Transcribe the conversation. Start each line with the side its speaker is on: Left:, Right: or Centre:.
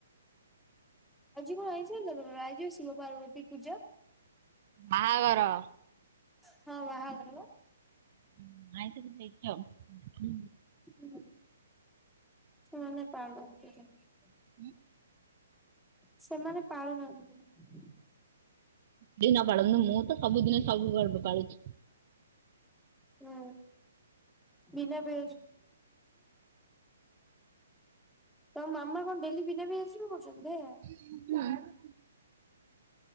Centre: ଆଜି କଣ ଆଇଁଷ ହେଇଛି ତମର ଆଜି ବା ଶିବ ପାର୍ବତୀ ପୂଜା।
Right: ବାହାଘର।
Centre: ହଁ ବାହାଘର ପା।
Right: ହୁଁ, ଆଇଁଷ ବି ହେଇଛି ଆଉ।
Centre: ହଁ ସେମାନେ ପବ। <unintelligible>
Right: <unintelligible>
Centre: ସେମାନେ ପାଳି ନାହାନ୍ତି ଦିନେ।
Right: କେହି ନ ପାଳନ୍ତୁ ମୁଁ ତ ସବୁଦିନ ସବୁ ପର୍ବ ପାଳୁଛି।
Centre: ହୁଁ ବିନା <inaudible> ବେ। ତ ମାମା କଣ ଡେଲି ବିନା ପିଆଜ ରସୁଣରେ କରୁସନ୍ତି <inaudible> ବି ଆସିବ କହୁଛନ୍ତି ହେ।
Right: ହଁ।